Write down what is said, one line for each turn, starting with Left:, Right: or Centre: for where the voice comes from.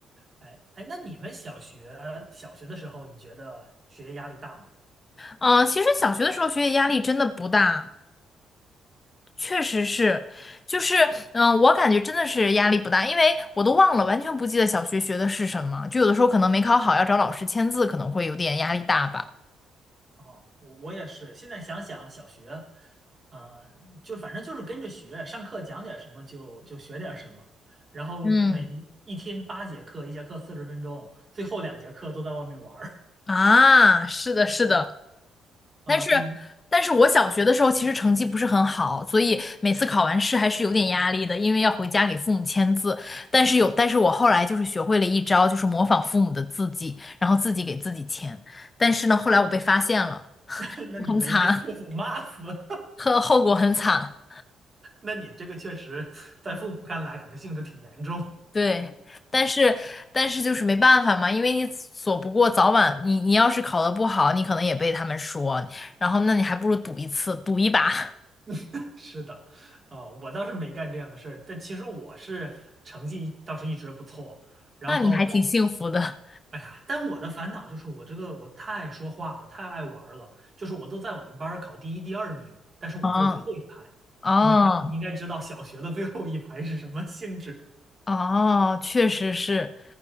Right: 哎哎，那你们小学小学的时候，你觉得学业压力大吗？
Left: 嗯、其实小学的时候学业压力真的不大，确实是，就是嗯、呃我感觉真的是压力不大，因为我都忘了，完全不记得小学学的是什么，就有的时候可能没考好，要找老师签字，可能会有点压力大吧。
Right: 啊，我我也是，现在想想小学，啊，就反正就是跟着学，上课讲点什么就就学点什么，然后每一天八节课，
Left: 嗯。
Right: 一节课四十分钟，最后两节课都在外面玩儿。
Left: 啊，是的，是的，
Right: 啊，
Left: 但是，
Right: 就
Left: 但是我小学的时候其实成绩不是很好，所以每次考完试还是有点压力的，因为要回家给父母签字。但是有，但是我后来就是学会了一招，就是模仿父母的字迹，然后自己给自己签。但是呢，后来我被发现了，
Right: <laughs> 那你没被父母骂死？
Left: 很惨，<laughs>
Right: <laughs>
Left: 后后果很惨。
Right: 那你这个确实在父母看来可能性质挺严重。
Left: 对，但是但是就是没办法嘛，因为你躲不过，早晚你你要是考得不好，你可能也被他们说，然后那你还不如赌一次，赌一把。
Right: <laughs> 是的，啊、我倒是没干这样的事儿，但其实我是成绩倒是一直不错。然后，
Left: 那你还挺幸福的。
Right: 但我哎呀，但我的烦恼就是我这个我太说话了太爱玩儿了，就是我都在我们班儿考第一、第二名，但是我坐最后一排。
Left: 嗯，哦，
Right: 你知道你应该知道小学的最后一排是什么性质
Left: 哦，确实是。